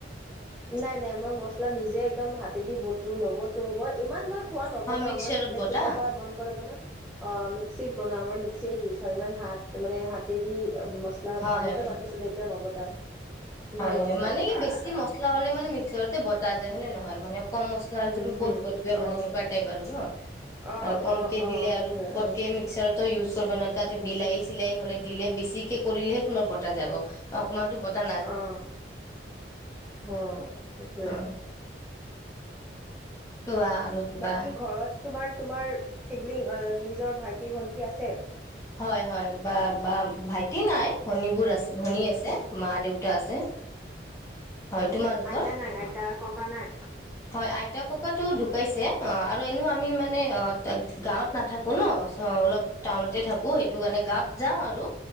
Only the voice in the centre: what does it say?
নাই নাই মই মছলা নিজে একদম হাতে দিবতো নবতো মই ইমান ম খোৱা নবনাওঁ
মই লাই
কেতিয়াবা মন গ'লে বনাওঁ, অ' মে মিক্সিত বনাওঁ আমাৰ মিক্সিয়ে ইউজ হয়। ইমান হাত মানে হাতেদি মছলা
আগতে
বতিছিলে, এতিয়া নবতাই। ইমান
নবনাই
উম
হুম
অ
অ
অ অ
সেইটোৱে
অ
অ
অহ অ সেইটোৱে
বাকী ঘৰত তোমাৰ তোমাৰ চিবলিং আহ নিজৰ ভাইটি ভন্টি আছে?
উম
অ',
আইতা নাই, আইতা? ককা নাই?
অ